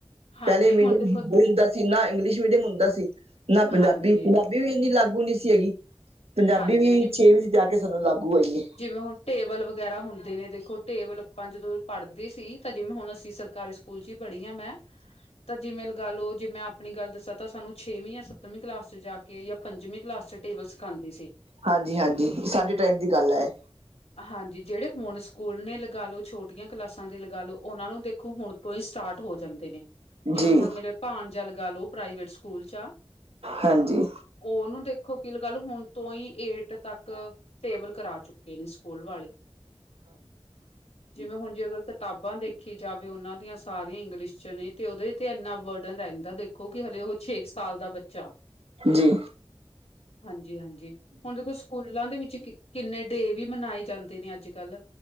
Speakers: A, on the left (about 80°); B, on the right (about 70°).
A: ਹਾਂਜੀ
B: ਪਹਿਲੇ ਮੀਡੀਅਮ
A: ਹੁਣ ਦੇਖੋ
B: ਹਿੰਦੀ ਹੁੰਦਾ ਸੀ ਨਾ ਇੰਗਲਿਸ਼ ਮੀਡੀਅਮ ਹੁੰਦਾ ਸੀ, ਨਾ ਪੰਜਾਬੀ-ਪੰਜਾਬੀ
A: ਹਾਂਜੀ,
B: ਵੀ ਇੰਨੀ ਲਾਗੂ ਨਹੀਂ ਸੀ ਹੈਗੀ, ਪੰਜਾਬੀ
A: ਹਾਂਜੀ
B: ਵੀ
A: ਜਿਵੇਂ
B: ਛੇਵੀ ਚ ਜਾ ਕੇ ਸਾਨੂੰ ਲਾਗੂ ਹੋਈ ਐ।
A: ਜਿਵੇਂ ਹੁਣ ਟੇਬਲ ਵਗੈਰਾ ਹੁੰਦੇ ਨੇ ਦੇਖੋ ਟੇਬਲ ਆਪਾਂ ਜਦੋਂ ਪੜ੍ਹਦੇ ਸੀ ਤਾਂ ਜਿਵੇਂ ਹੁਣ ਅਸੀਂ ਸਰਕਾਰੀ ਸਕੂ ਲ ਚ ਹੀ ਪੜ੍ਹੀ ਏ ਮੈਂ ਤਾਂ ਜਿਵੇਂ ਲਗਾ ਲਓ ਜੇ ਮੈਂ ਆਪਣੀ ਗੱਲ ਦੱਸਾਂ ਤਾਂ ਸਾਨੂੰ ਛੇਵੀਂ ਜਾਂ ਸੱਤਵੀਂ ਕਲਾਸ ਚ ਜਾ ਕੇ ਪੰਜਵੀਂ ਕਲਾਸ ਚ ਟੇਬਲ ਸਿਖਾਦੇ ਸੀ
B: ਹਾਂਜੀ-ਹਾਂਜੀ ਸਾਡੇ ਟਾਈਮ ਦੀ ਗੱਲ ਐ ਏ
A: ਹਾਂਜੀ, ਜਿਹੜੇ ਹੁਣ ਸਕੂਲ ਨੇ ਲਗਾ ਲੋ ਛੋਟੀਆਂ ਕਲਾਸਾਂ ਦੇ ਲਗਾ ਲੋ ਉਹਨਾਂ ਨੂੰ ਦੇਖੋ ਹੁਣ ਤੋਂ ਸਟਾਰਟ ਹੋ ਜਾਂਦੇ ਨੇ। ਜਿਵੇਂ
B: ਜੀ
A: ਹੁਣ ਮੇਰੇ ਭਾਣਜਾ ਲਗਾ ਲਓ ਪ੍ਰਾਈਵੇਟ ਸਕੂਲ ਚ ਆ
B: ਹਾਂਜੀ
A: ਉਹਨੂੰ ਦੇਖੋ ਕਿ ਲਗਾ ਲੋ ਹੁਣ ਤੋਂ ਹੀ ਏਟ ਤੱਕ ਟੇਬਲ ਕਰਾ ਚੁੱਕ ਤੇਰੀ ਸਕੂਲ ਵਾਲੀ। ਜਿਵੇਂ ਹੁਣ ਜੇਕਰ ਕਿਤਾਬਾਂ ਦੇਖੀ ਜਾਵੇ ਉਹਨਾਂ ਦੀਆਂ ਸਾਰੀਆਂ ਇੰਗਲਿਸ਼ ਚ ਨੇ ਤੇ ਉਹਦੇ ਤੇ ਇੰਨਾ ਵਰਡਨ ਰਹਿੰਦਾ ਦੇਖ ਕਿਓਂਕਿ ਹਲੇ ਉਹ ਛੇ ਕ ਸਾਲ ਦਾ ਬੱਚਾ
B: ਜੀ
A: ਹਾਂਜੀ-ਹਾਂਜੀ, ਹੁਣ ਸਕੂਲਾਂ ਦੇ ਵਿੱਚ ਕਿੰਨੇ ਡੇਅ ਵੀ ਮਨਾਏ ਜਾਂਦੇ ਨੇ ਅੱਜ-ਕੱਲ੍ਹ